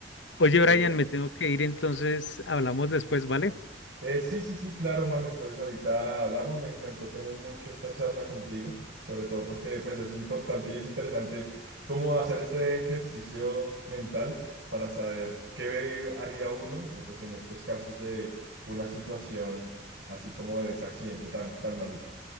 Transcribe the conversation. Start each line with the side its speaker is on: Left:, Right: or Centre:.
Left: oye,
Right: pero
Left: Brian, me tengo que ir, entonces hablamos después, ¿vale?
Right: Eh, sí, sí, sí, claro, Juan. Entonces ahorita hablamos. Me encantó tener mucho esta charla contigo, sobre todo porque pues es importante y es interesante cómo hacer este ejercicio mental para saber qué haría uno eh, pues en estos casos de una situación así como de ese accidente tan, tan maluco.